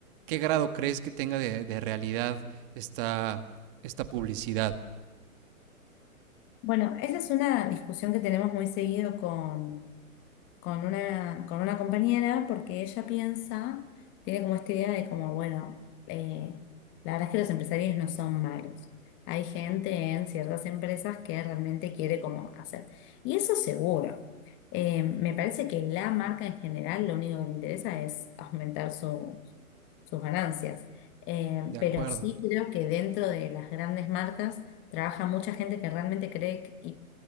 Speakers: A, on the right; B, on the left.
A: ¿qué grado crees que tenga de, de realidad esta, esta publicidad?
B: Bueno, esa es una discusión que tenemos muy seguido con con una, con una compañera porque ella piensa, tiene como esta idea de como, bueno, eh, la verdad es que los empresarios no son malos. Hay gente en ciertas empresas que realmente quiere como hacer. Y eso seguro. Eh, me parece que la marca en general lo único que le interesa es aumentar su- sus ganancias. Eh,
A: De acuerdo.
B: pero sí creo que dentro de las grandes marcas trabaja mucha gente que realmente cree que- y